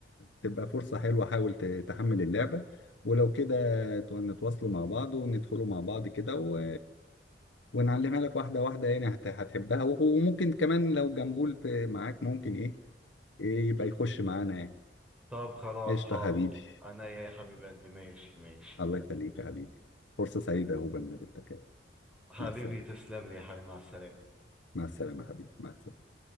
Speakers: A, on the left (about 75°); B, in the centre.
A: تبقى فرصه حلوه حاول ت- تحمل اللعبه ولو كده ت- نتواصلوا مع بعض وندخلوا مع بعض كده و... ونعلمها لك واحده واحده يعني هت... هتحبها و- وممكن كمان لو جنبول في- معاك ممكن ايه إيه يبقى يخش معانا يعني
B: طب خلاص
A: قشطه
B: حاضر
A: حبيبي
B: انا يا حبيب قلبي ماشي ماشي
A: الله يخليك يا حبيبي فرصه سعيده هو بنقابلك
B: حبيبي
A: مع السلامه
B: تسلم لي يا حبيبي مع السلامة
A: مع السلامه يا حبيبي مع السلامه